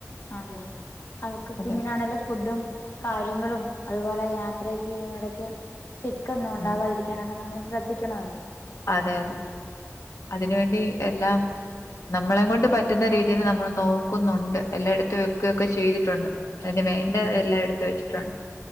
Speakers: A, on the left; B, on the left.
A: അതെ അതെ അവക്ക്
B: അതെ.
A: കുഞ്ഞിനാണേലും ഫുഡും കാര്യങ്ങളും അതുപോലെ യാത്രയ്ക്ക് ഇങ്ങനെ ഇടക്ക് സിക്ക് ഒന്നും ഒണ്ടാവാതിരിക്കാനൊക്കെ
B: ഉം.
A: നമ്മള് ശ്രദ്ധിക്കണവല്ലോ
B: അതെ അതെ അതിനുവേണ്ടി എല്ലാം നമ്മളെ കൊണ്ട് പറ്റുന്ന രീതിയില് നമ്മള് നോക്കുന്നുണ്ട് എല്ലാം എടുത്തും വെക്കുകയൊക്കെ ചെയ്തിട്ടുണ്ട് അതിന് വേണ്ട
A: ഉം
B: എല്ലാം എടുത്ത് വെച്ചിട്ടുണ്ട്